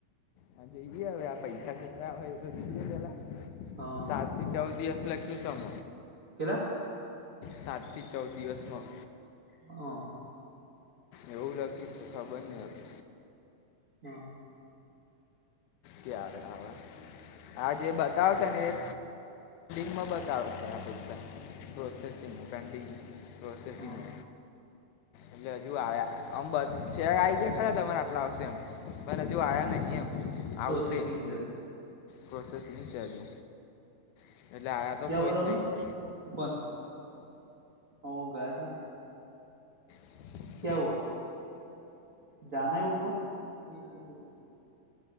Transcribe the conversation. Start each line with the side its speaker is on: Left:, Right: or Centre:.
Left: હ જોઈએ હવે આ પૈસા ક્યારે હોય તો બીજે પેલા.
Right: હા.
Left: ચાર થી ચૌદ દિવસ લખ્યું સમ.
Right: કેલા.
Left: સાત થી ચૌદ દિવસમાં.
Right: હા.
Left: એવું <inaudible> છે ખબરને અવે
Right: હ
Left: ક્યારે આવે આ જે બતાવશે ને એ <inaudible> પ્રોસેસિંગ પેન્ડિંગ પ્રોસેસિંગનુ
Right: હ
Left: એટલે <inaudible> <inaudible> આવશે
Right: પ્રોસેસિંગ છે
Left: પ્રોસેસિંગ છે હજુ એટલે આવ્યા તો
Right: ક્યા
Left: કોઈ
Right: હુવા રવિ...
Left: જ નહીં
Right: કોન ઓ ગયા <unintelligible>
Left: <inaudible>
Right: <unintelligible>